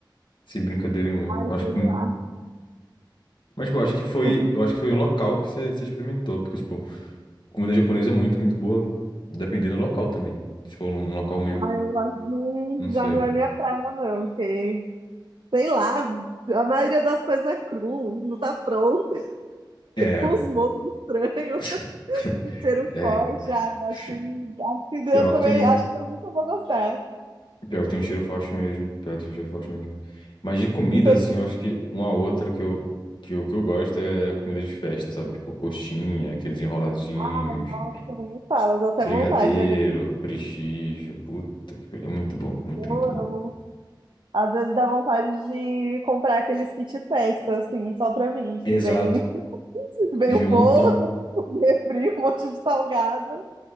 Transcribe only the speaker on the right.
Ai,
sei
lá.
Tipo,
ai, eu acho que não,
já não é minha praia, não. Porque, sei lá, a maioria das coisas é cru, não tá pronto.
os monstros estranhos,
<laughs> ser um
forte. Ah,
acho que, acho que
eu também,
acho
que eu nunca vou gostar.
Isso aqui,
ai, nossa, nem fala, dá até
vontade agora.
Eu
amo.
Às vezes dá vontade de comprar aqueles kit festa, assim, só pra mim,
que vem, <laughs> vem
o
bolo,
<laughs> o refri, um monte de salgado.